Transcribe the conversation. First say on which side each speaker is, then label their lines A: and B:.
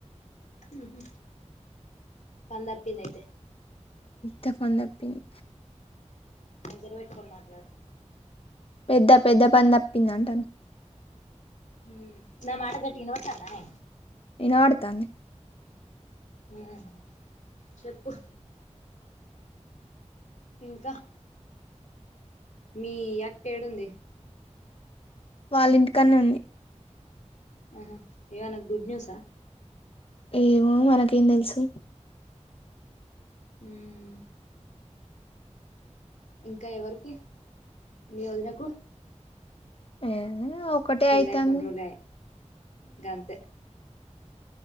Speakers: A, on the left; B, on the left.
A: ఊ హు పనితప్పింది అయితే
B: తప్పనేతప్పింది
A: దగ్గర పెట్టుకొని మాట్లాడు
B: పెద్ద పెద్దపని తప్పింది అంటనా
A: హ్మ్ నా మాట గట్టిగా వినపడుతుందా నే
B: వినపడ్తాంది
A: హ్మ్ చెప్పు ఇంకా మీ అక్క ఏడుంది
B: వాళ్ళ ఇంటికన్నే ఉంది
A: ఆహా ఏవన్నా గుడ్ న్యూస్ఆ
B: ఏమో మనకేం తెలుసు
A: హ్మ్ ఇంకా ఎవరికి మీ వదినకు
B: ఏ ఒకటే
A: పెళ్లిఅయికా
B: అయితాంది
A: ఒంట్లో బాలే గంతే